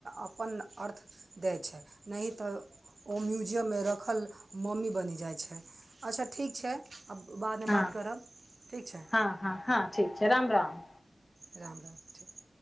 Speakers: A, on the right; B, on the left.
A: अपन अर्थ। दै छै नहि तऽ ओ म्युजियममे रखल मम्मी बनि जाइ छै। अच्छा ठीक छै आब बादमे बात।
B: हँ
A: करब ठीक छै
B: हँ हँ ठीक छै राम राम।
A: राम राम ठीक।